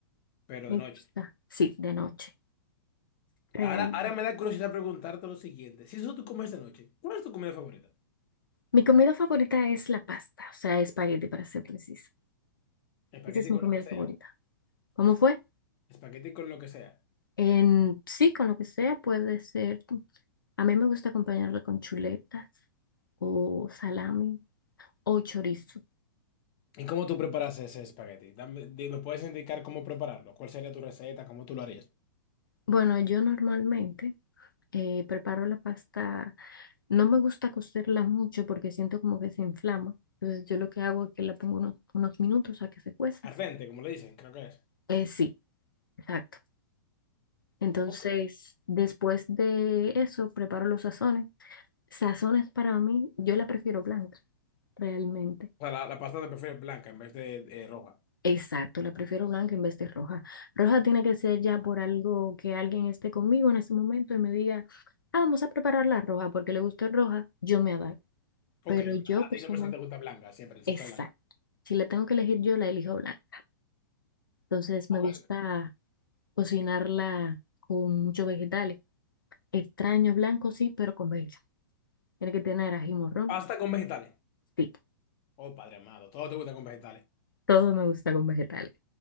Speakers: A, on the left (about 40°); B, on the left (about 80°).
A: pero
B: Me
A: de noche.
B: gusta. Sí, de noche. Real.
A: Ahora, ahora me da curiosidad preguntarte lo siguiente. Si eso tú comes de noche, ¿cuál es tu comida favorita?
B: Mi comida favorita es la pasta, o sea, espagueti para ser precisa.
A: Espagueti
B: Esa es mi
A: con
B: comida
A: lo que sea.
B: favorita. ¿Cómo fue?
A: Espagueti con lo que sea.
B: En, sí, con lo que sea, puede ser. A mí me gusta acompañarla con chuletas o salami o chorizo.
A: ¿Y cómo tú preparas ese espagueti? Dame- di- ¿me puedes indicar cómo prepararlo? ¿Cuál sería tu receta? ¿Cómo tú lo harías?
B: Bueno, yo normalmente eh, preparo la pasta. No me gusta cocerla mucho porque siento como que se inflama. Entonces yo lo que hago es que la pongo unos, unos minutos a que se cueza.
A: Ardente, como le dicen, creo que es.
B: Eh, sí, exacto. Entonces,
A: Ok.
B: después de eso, preparo los sazones Sazones para mí, yo la prefiero blanca, realmente.
A: O sea, la, la pasta te prefieres blanca en vez de eh, roja.
B: Exacto, la prefiero blanca en vez de roja. Roja tiene que ser ya por algo que alguien esté conmigo en ese momento y me diga, ah, vamos a preparar la roja porque le gusta roja, yo me adapto. Pero
A: Ok,
B: yo
A: ok. A
B: personal,
A: ti no persona te gusta blanca, siempre, la
B: exacto.
A: salsa blanca.
B: Si la tengo que elegir yo, la elijo blanca. Entonces me
A: Ok.
B: gusta cocinarla con muchos vegetales. Extraño blanco, sí, pero con vegetales. Tiene que tener ají morrón,
A: Pasta con vegetales.
B: sí.
A: Oh, padre amado, todo te gusta con vegetales.
B: Todo me gusta con vegetales.